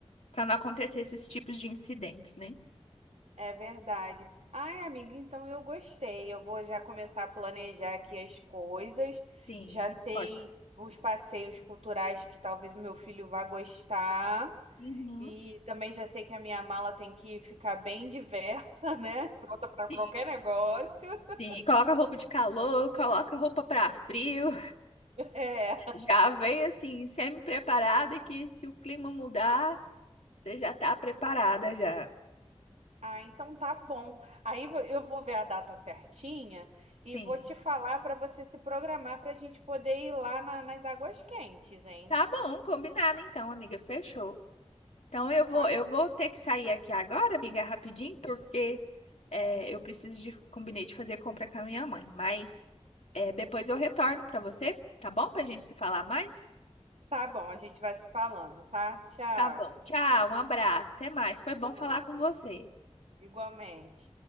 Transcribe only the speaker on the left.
para não acontecer esses tipos de incidentes, né?
Sim,
pode.
Uhum.
Sim,
sim. Coloca roupa de calor, coloca roupa para frio.
Já vem assim, semi-preparada e que se o clima mudar, você já tá preparada já.
Sim.
Tá bom, combinado então, amiga, fechou. Então eu vou,
eu vou ter que sair aqui agora, amiga, rapidinho, porque é, eu preciso de, combinei de fazer compra com a minha mãe. Mas é, depois eu retorno pra você, tá bom? Pra gente se falar mais?
Tá bom. Tchau, um abraço, até mais. Foi bom
falar com você.